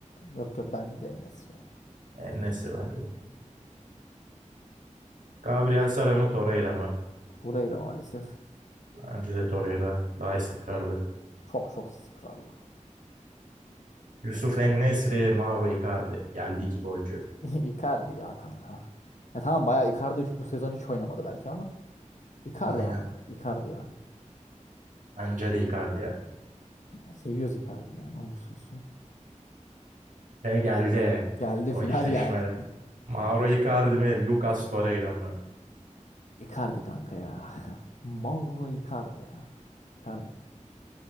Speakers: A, on the left; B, on the right.
A: Yok yok bence de En-Nesyri ya.
B: En-Nesyri bence de. Gabriel Sara mı Torreira mı?
A: Torreira maalesef
B: Bence de Torreira. Daha istikrarlı.
A: çok çok istikrarlı.
B: Yusuf En-Nesyri, Mauro Icardi. Geldi iki golcü.
A: <laughs> Icardi ya kanka. Ya tamam bayağı Icardi şu- bu sezon hiç oynamadı belki ama Icardi
B: Aynen.
A: ama Icardi yani.
B: Bence de Icardi ya.
A: Ya seviyoruz Icardi yani olursa olsun.
B: Ve geldi.
A: Geldi
B: O
A: final
B: eşleşme.
A: geldi.
B: Mauro Icardi mi? Lucas Torreira mı?
A: <laughs> Icardi kanka ya. Mauro Icardi ya. Icardi.